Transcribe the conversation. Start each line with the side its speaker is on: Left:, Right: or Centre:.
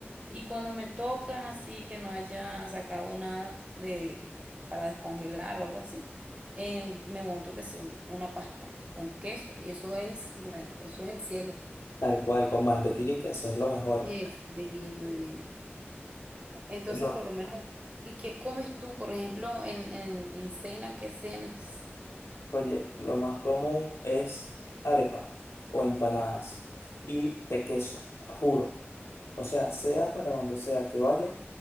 Right: Y cuando me toca así que no haya sacado nada de para descongelar o algo así, eh, me monto que sí, una pasta con queso y eso es, bueno, eso es el cielo.
Left: Tal cual, con mantequilla y queso es lo mejor.
Right: Es divino, divino. Entonces,
Left: No,
Right: por lo menos, ¿y qué comes tú, por ejemplo, en, en, en cena? ¿Qué cenas?
Left: Oye, lo más común es arepa o empanadas y de queso, juro. O sea, sea para donde sea que vaya,